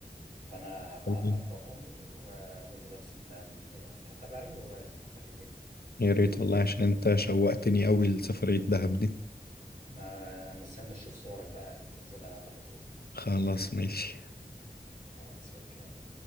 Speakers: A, on the right; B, on the left.
A: فانا هبعت
B: طيب.
A: لك رقمه واقول له بس انت من آه، انت تبعي وهو يظبط لك الدنيا
B: يا ريت والله عشان انت شوقتني قوي لسفرية دهب دي
A: ما مستني اشوف صورك بقى اللي تنزلها بعد ما تروح
B: خلاص ماشي
A: على راسك يعني